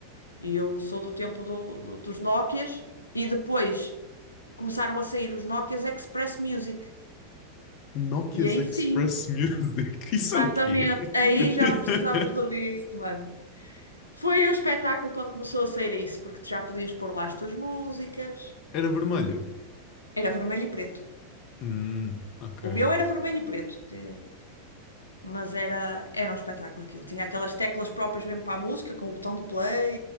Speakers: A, on the left; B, on the left.
A: E eu sou do tempo do- do- dos Nokias e depois começaram a sair os Nokias Express Music.
B: Nokia's
A: E aí
B: Express
A: sim,
B: Music. <laughs> Isso
A: exatamente.
B: é o quê?
A: Aí
B: <laughs>
A: já não precisavas do disco, mano. Foi um espetáculo quando começou a sair isso, porque tu já podias pôr lá as tuas músicas.
B: Era vermelho.
A: Era vermelho e preto.
B: Hum, ok,
A: O meu
B: ok.
A: era vermelho e preto, te- mas era, era um espetáculo aquilo. Tinha aquelas teclas próprias mesmo para a música, com o botão de play.